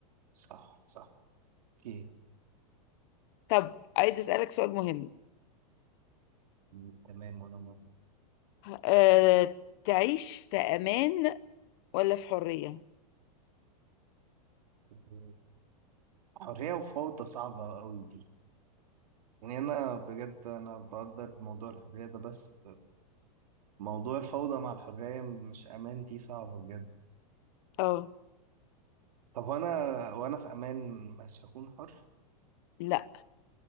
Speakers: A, on the right; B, on the left.
A: صح صح أوكي
B: طب عايز أسألك سؤال مهم
A: م، تمام وأنا موافق
B: أه... تعيش في أمان ولا في حرية؟
A: م، حرية وفوضى صعبة أوي دي يعني أنا بجد أنا بقدر موضوع الحرية ده بس موضوع الفوضى مع الحرية مش أمان دي صعبة بجد
B: اه
A: طب وأنا وأنا في أمان مش هكون حر؟
B: لا